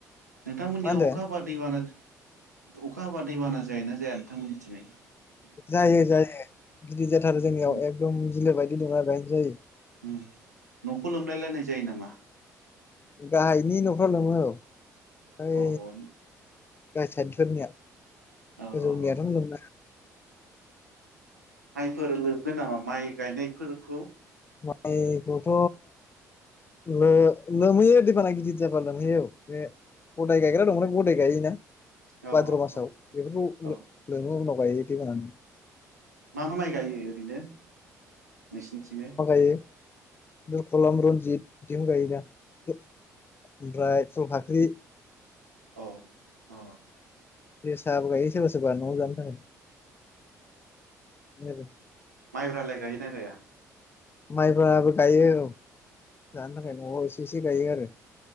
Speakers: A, on the right (about 80°); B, on the left (about 25°).
A: नोंथांमोननियाव
B: होनदों
A: अखा हाबा दैबाना अखा हाबा दैबाना जायोना जाया नोंथांमोननिथिङै?
B: जायो जायो। गिदिरथार जोंनियाव
A: उम
B: एकदम बिलो बायदि दंना बेहायनो जायो।
A: उम न'खौ लोमलायलायनाय जायो नामा?
B: गाहायनि न'फ्राव लोमो औ। ओइ
A: औ औ।
B: गाहाय साइदफोरनिया। गोजौनियाथ'
A: औ औ औ
B: लोमला।
A: फोर लोमदो नामा माइ गायनायफोरखौ?
B: माइखौथ' लो-लोमहैयो दैबाना गिदिर जाबा लोमहैयो औ बे गदाय गायग्रा दं ना गदाय गायोना
A: औ
B: भाद्र' मासाव
A: औ
B: बेफोरखौ
A: औ
B: लो-लोङो उनाव। बायदि दैबाननि
A: मा मा माइ गायो ओरैनो नोंसिनिथिङै?
B: <unintelligible> द कलम, रनजित बिदिखौ गायो दा। ओमफ्राय फुलफाख्रि
A: औ अ
B: जोसाबो गायो सोरबा सोरबा न'आव जानो थाखाय बिदिनो आरो
A: माइब्रालाय गायोना गाया
B: माइब्राबो गायो औ जानो थाखाय न'आव एसे एसे गायो आरो